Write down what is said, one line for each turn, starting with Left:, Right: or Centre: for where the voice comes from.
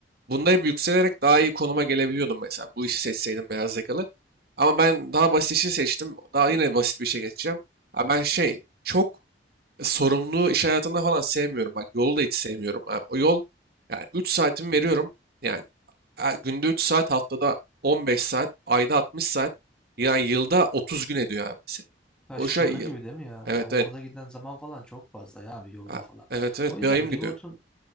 Right: Bunda hep yükselerek daha iyi konuma gelebiliyordum mesela. Bu işi seçseydim beyaz yakalı. Ama ben daha basit işi seçtim. Daha yine basit bir şey geçeceğim. Ha ben şey çok sorumluluğu iş hayatında falan sevmiyorum. Bak yolu da hiç sevmiyorum. abi. o yol yani 3 saatimi veriyorum. Yani e, günde 3 saat, haftada 15 saat, ayda 60 saat. Yani yılda 30 gün ediyor abi mesela.
Centre: Ha,
Right: Boşa
Centre: şaka
Right: yıl.
Centre: gibi değil mi ya?
Right: Evet
Centre: Orada
Right: evet.
Centre: giden zaman falan çok fazla ya abi yolda
Right: Ha,
Centre: falan.
Right: Evet evet
Centre: O yüzden
Right: bir ayım gidiyor.
Centre: remote'un